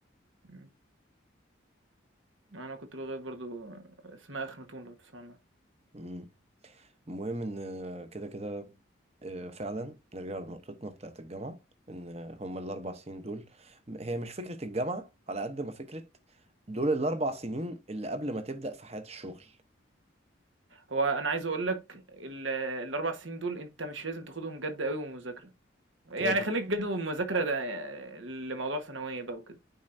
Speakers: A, on the right; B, on the right.
A: مم. انا كنت لغات برضو اسمها اخناتون لو تسمع عنها
B: مم. المهم ان آه، كده كده آه، فعلا نرجع لنقطتنا بتاعت الجامعه ان آه، هما الاربع سنين دول م- هي مش فكره الجامعه على قد ما فكره دول الاربع سنين اللي قبل ما تبدا في حياه الشغل
A: هو انا عايز اقول لك ال- الاربع سنين دول انت مش لازم تاخدهم جد قوي ومذاكره يعني
B: كده كده
A: خليك جد ومذاكره ده لموضوع ثانويه بقى وكده